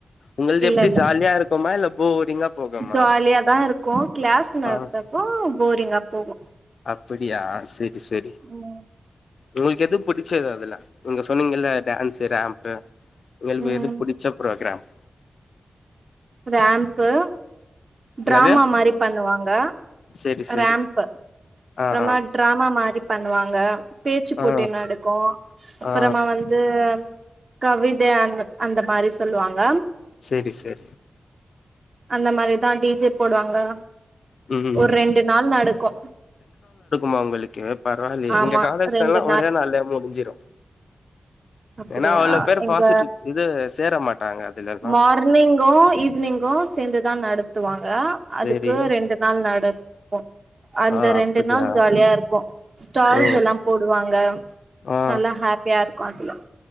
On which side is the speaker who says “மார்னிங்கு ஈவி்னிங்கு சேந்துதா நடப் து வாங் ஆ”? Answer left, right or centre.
Right